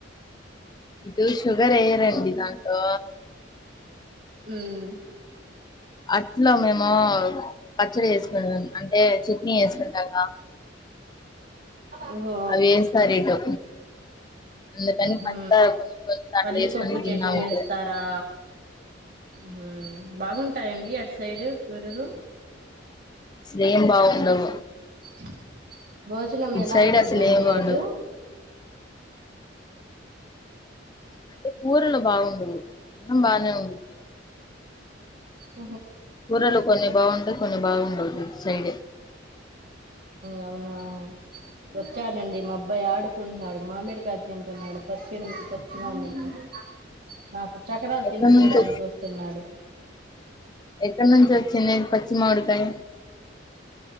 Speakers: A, on the left (about 20°); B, on the right (about 50°).
A: ఇటు షుగర్ ఏ రండి దాంట్లో
B: హుమ్
A: అట్లా మేము పచ్చడి వేసుకుంటాం అంటే చట్నీ వేసుకుంటాంగా
B: ఓహో
A: అవేస్తారు ఇటు అందుకని
B: హ
A: పంచదార కొనుక్కొని దాంట్లో
B: పల్లిపప్పు
A: వేసుకొని తిన్నాము
B: చట్నీ
A: ఇప్పుడు
B: వేస్తారా హూ బాగుంటా అడి అట్ సైడ్ పరులు
A: స్నేహ భావం ఉండవ
B: <unintelligible> భోజనం ఎలా
A: సైడ్
B: ఉండుదండి
A: అసలు ఏం బాగుండవు
B: అటు
A: అంటే కూరలు బాగుండవు అన్నం బానే ఉంటుంది.
B: <unintelligible>
A: కూరలు కొన్ని బాగుంటాయి, కొన్ని బాగుండదు సైడే
B: అవునా వచ్చాడండి మాబ్బా అబ్బాయి ఆడుకుంటున్నాడు మామిడి క తింటున్నాడు పచ్చిడి పచ్చి మామిడికి నాకు చక్రాలు
A: ఎక్కడ
B: తినిపయడానికి
A: నుంచి
B: వస్తున్నాడు
A: ఎక్కడి నుంచి వచ్చింది పచ్చి మామిడికాయ